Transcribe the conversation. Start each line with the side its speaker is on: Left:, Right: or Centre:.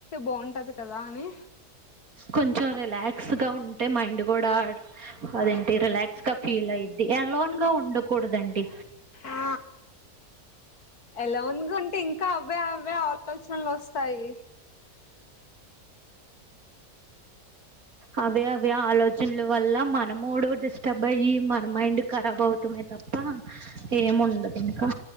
Left: బాగుంటది కదా అని
Right: కొంచెం రిలాక్స్ గా ఉంటే మైండ్ కూడా అదేంటి రిలాక్స్ గా ఫీల్ అయిది అ లోన్ గా ఉండకూడదండి
Left: ఆ అలైన్ గా ఉంటే ఇంకా అవే అవే ఆలోచనలు వస్తాయి
Right: అవి అవి ఆలోచనలు వల్ల మన మూడు డిష్ అబ్బయయి మన మైండ్ ఖరాబ్ అవుతుమే తప్ప ఏముండదు ఇంకా